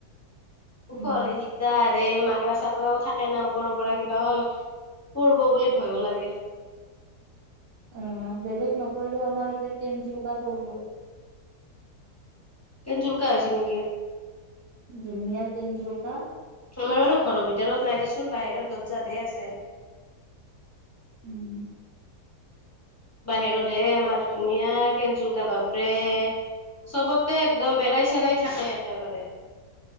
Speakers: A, on the left; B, on the right.
A: ওখ
B: উম
A: হলি দিকদাৰ এ। মাক ৰা-চাকৰাও থাকে না, ওপৰৰ পৰা কিবা হ- পৰব' বুলি ভয়ো লাগে।
B: অ' বেলেগ নপৰিলেও আমাৰ এতে কেনজোলকা পৰিব।
A: কেনজোলকা হৈছি নেকি?
B: ডুনিয়াৰ কেনজেলোকা।
A: আমাৰ বাৰু ঘৰৰ ভিতৰত নাই দেচোন বাহিৰত দতজাদে আছে।
B: উম।
A: বাহিৰত হে আমাৰ ধুনীয়া কেনজুলকা বাপৰে চবতে একদম বেৰাই চেৰাই থাকে একেবাৰে